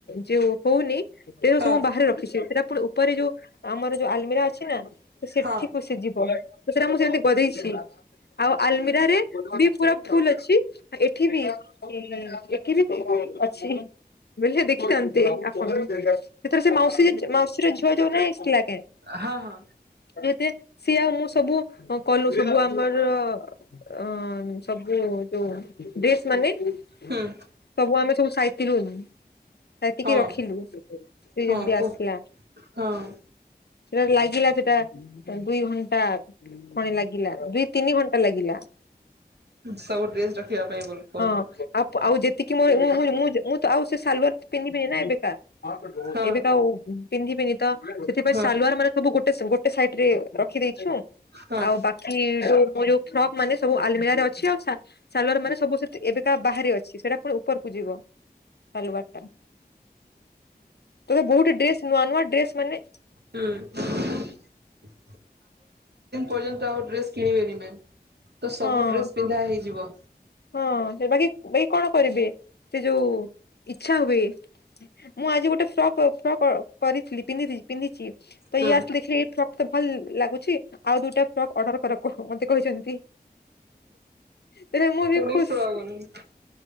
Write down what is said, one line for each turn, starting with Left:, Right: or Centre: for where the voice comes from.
Left: ଯୋଉ ହଉନି ସେ
Right: ହଁ
Left: ସବୁ ବାହାରେ ରଖିଛି ସେଟା ପୁଣି ଉପରେ ଯୋଉ ଆମର ଯୋଉ ଆଲମିରା ଅଛି ନା ତ ସେଠି
Right: ହଁ
Left: କୁସିିଯିବ ତ ସେଟା ମୁଁ ସେମିତି ଗଦେଇଛି ଛି ଆଉ ଆଲମିରାରେ ବି ପୁରା ଫୁଲ ଅଛି। ଏଠି ବି ଇ ଦେିବି <unintelligible> ଅଛି ବୁଝିଲ <inaudible> ଦେଖିଥାନ୍ତେ ଆପଣ ସେଥର ସେ ମାଉସୀ ମାଉସୀର ଝିଅ ଯୋଉ ନାହିଁ ଆସିଥିଲା
Right: ହଁ ହଁ ହଁ
Left: ଯେତେ <inaudible> ସିଏ ଆଉ ମୁଁ ସବୁ କନୁ <unintelligible> ସବୁ ଆମର ଅ ଆଁ ସବୁ ଯୋଉ ଡ୍ରେସମାନେ ସବୁ
Right: ହଁ ହୁଁ
Left: ଆମେ ସବୁ ସାଇତି ରୁମ୍। ସାଇତିକି
Right: ହଁ
Left: ରଖିଲୁ ସେ ଯେମିତି
Right: ହଁ କୁହ
Left: ଆସିଲା।
Right: ହଁ
Left: ସେଟା ଲାଗିଲା ସେଟା ଦୁଇଘଣ୍ଟା। ପଣି ଲାଗିଲା <unintelligible> କଣଟା ଲାଗିଲା।
Right: ସବୁ ଡ୍ରେସ ରଖିବା ପାଇଁ ବୋଲି କୁହନ୍ତୁ
Left: ହଁ ଆଉ ଆଉ ଯେତିକି ମୁଁ ମୁଁ ମୁଁ ମୁଁ ମୁଁ ତ ଆଉ ସେ ସାଲୱାର ପିନ୍ଧିବିନି ନା ଏବେକା
Right: ହଁ
Left: ଏବେ ଆଉ ପିନ୍ଧିବିନି ତ ସେଥିପାଇଁ
Right: ହଁ
Left: ସାଲୁଆରମାନେ ସବୁ ଗୋଟେ ଗୋ ଗୋଟେ ସାଇଟରେ ରଖିଦେଇଛୁ
Right: ହଁ
Left: ଆଉ ବାକି ଯୋଉ ମୋ ଯୋଉ ଫ୍ରକମାନେ ସବୁ ଆଲମରାରେ ଅଛି ଆଉ ସାଲୁଆରମାନେ ସବୁ ସେ ଏବେକା ବାହାରେ ଅଛି ସେଟା ପୁଣି ଉପରକୁ ଯିବ ସାଲୁଆରଟା ତୋତେ <unintelligible> ବହୁତ ହି ଡ୍ରେସ ନୂଆନୂଆ ଡ୍ରେସମାନେ
Right: ହୁଁ ଆପଣ କେତେ ଦିନ ପର୍ଯ୍ୟନ୍ତ ତ ଡ୍ରେସ କିଣିବେନି ମେମ ତ ସବୁ
Left: ହଁ
Right: ଡ୍ରେସ ପିନ୍ଧାହେଇଯିବ।
Left: ହଁ ହେବାକି ଭାଇ କଣ କରିବେ ସେ ଯୋଉ ଇଚ୍ଛା ହୁଏ ମୁଁ ଆଜି ଗୋଟେ ଫ୍ରକ୍ ଫ୍ରକ୍ କରିଥିଲି ପିନ୍ଧିବି ପିନ୍ଧିଛି। ତଇ
Right: ହୁଁ
Left: ଆସଲେଖି ଫ ତେ ଭଲ ଲାଗୁଛି। ଆଉ ଦୁଟା ଫ୍ରକ୍ ଅର୍ଡର କର। କହ ମତେ କହିଛନ୍ତି। ତେବେ ମୁଁ ବି
Right: ଉଣେଇଶ
Left: ଖୁସି
Right: <unintelligible>